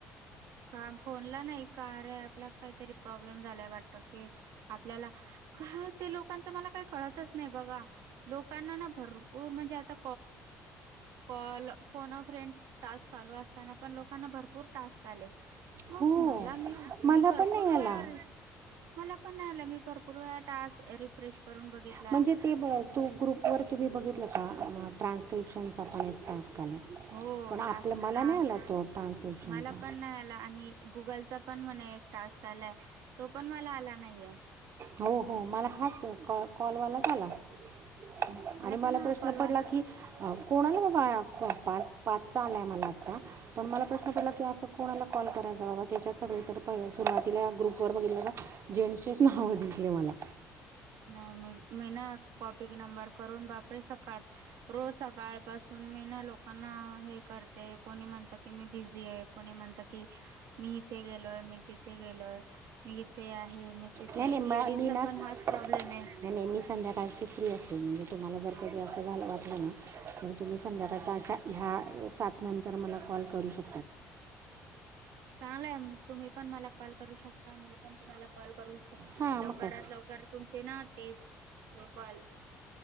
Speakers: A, on the right (about 75°); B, on the right (about 45°).
A: काम फोनला नाही का कार्या ॲप ला काहीतरी प्रॉब्लेम झालाय वाटत कि, आपल्याला काय ते लोकांच मला काही का कळतंच नाही बघा, लोकांना ना भरपूर म्हणजे आता कॉल फोन व फ्रेंड टास्क चालू असताना पण लोकांना भरपूर टास्क आलेत. मग
B: हो
A: मला मी,
B: मला
A: मी भरपुर
B: पण नाही आला
A: वेळा, मला पण नाही आला मी भरपुर वेळा टास्क रिफ्रेश करून बघितला
B: म्हणजे ते तो ग्रुप वर तुम्ही बघितलं क. ट्रान्स्क्रिप्शनण चा पण एक टास्क आला आहे,
A: हो
B: पण आपलं
A: टास्क,
B: मला
A: टास्क
B: नाही आला तो ट्रान्स्क्रिप्शनचा
A: मला पण नाही आला आणि गुगलचा पण म्हणे एक टास्क आलाय तो पण मला आला नाहीये
B: हो हो मला हाच कॉ कॉलवाला आला बाई आणि मला
A: पण हा
B: प्रश्न
A: कॉल वा
B: पडला की कोणाला बाबा पाच पाचचा आलाय मला आत्ता पण मला प्रश्न पडला की असं कोणाला कॉल करायचा बाबा त्याच्यात सगळे तर पहिले सुरुवातीला ग्रुप वर बघितलं जेंट्सचेच नाव भेटले मला
A: नाही मी मी ना कॉपी नंबर करून बापरे सकाळ रोज सकाळपासून मी ना लोकांना हे करते कोणी म्हणत की मी बिझी आहे कोणी म्हणत की मी इथे गेलोय मी तिथं तेथे गेलोय मी इथे आहे मी तिथे
B: नाही नाही म
A: लेडीजचा
B: मी ना
A: पण
B: स-
A: हाच प्रॉब्लेम
B: नाही
A: आहे
B: नाही मी संध्याकाळची फ्री असे म्हणजे तुम्हाला जर कधी असं झालं वाटलं ना तर तुम्ही संध्याकाळचा ह्या सात नंतर मला कॉल करू शकता-
A: <inaudible> चांगलय आहे तुम्ही पण मला कॉल करू शकता मी पण तुम्हाला कॉल करू शक
B: हां
A: लवकरात
B: मग काय
A: लवकर तुमचे ना तीस एक कॉल